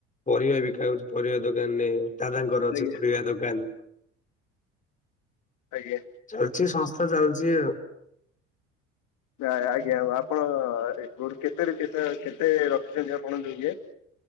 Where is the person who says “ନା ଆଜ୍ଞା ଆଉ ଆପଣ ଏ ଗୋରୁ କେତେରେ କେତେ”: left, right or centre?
Left